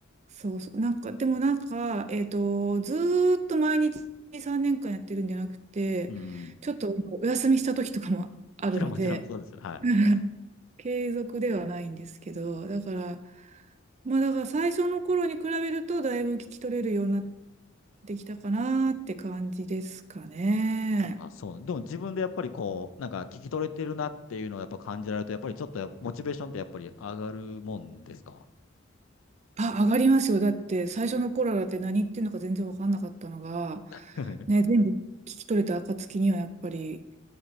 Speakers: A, on the right; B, on the left.
A: そうそう。なんか、でもなんか、えっと、ずーっと毎日3年間やってるんじゃなくて、
B: うん。も
A: ちょっとお休みした時とかもあるので、
B: ちろんもちろんそうですよ。はい。
A: <laughs> 継続ではないんですけど、だから、まあだから最初の頃に比べると、だいぶ聞き取れるようになってきたかなって感じですかね。
B: あ、そう。でも自分でやっぱりこう、なんか聞き取れてるなっていうのをやっぱ感じられると、やっぱりちょっとやモチベーションってやっぱり上がるもんですか
A: あ、上がりますよ。だって最初の頃だって何言ってんのか全然わかんなかったのが、
B: <laughs>
A: ね、全部聞き取れた暁にはやっぱり